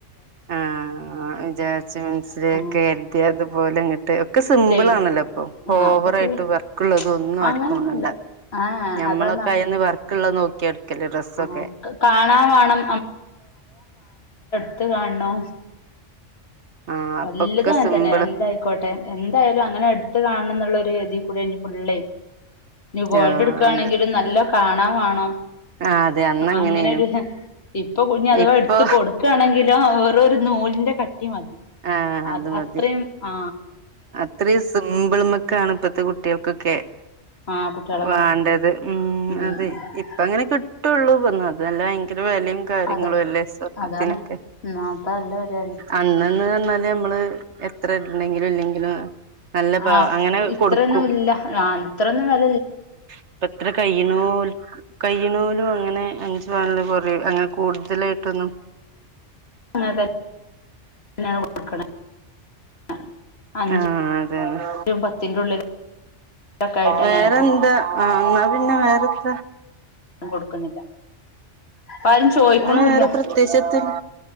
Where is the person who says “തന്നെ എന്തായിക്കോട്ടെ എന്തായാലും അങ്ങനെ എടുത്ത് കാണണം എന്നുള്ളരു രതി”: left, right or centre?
Left